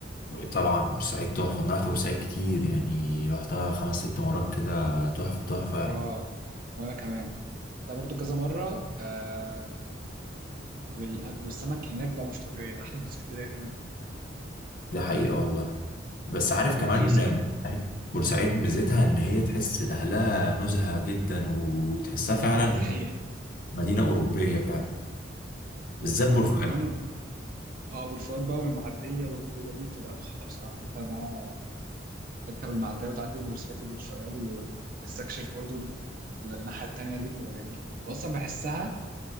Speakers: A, on the left (about 50°); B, on the right (about 50°).
A: طبعا بورسعيد تحفة انا رحت بورسعيد كتير يعني رحتها خمس ست مرات كده تحفة تحفة يعني
B: هو وانا كمان ده برضو كذا مره آه والأج... والسمك هناك بقى مش طبيعي احلى من اسكندريه كمان
A: دي حقيقة والله بس عارف
B: ورخيصه
A: كمان
B: يعني
A: عارف بورسعيد ميزتها ان هي تحس اهلها نزهة جدا وتحسها فعلا
B: لا اه دي حقيقه
A: مدينة أوروبية فعلا
B: وكما...
A: بالذات بورسعيد
B: وكمان اه بورفؤاد بقى والمعديه والخروجه دي بتبقى تحفه بصراحه ان انت بقى تركب المعديه وتعدي من بورسعيد لبورفؤاد وتستكشف برضو ال- الناحيه التانيه دي بتبقى جميله واصلا بحسها